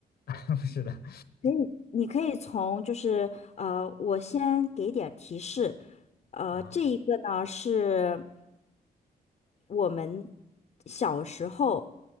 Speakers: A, on the left; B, on the left.
A: <laughs> 不是的，
B: 可以，你可以从就是呃，我先给点儿提示，呃，
A: 啊，
B: 这一个呢是我们小时候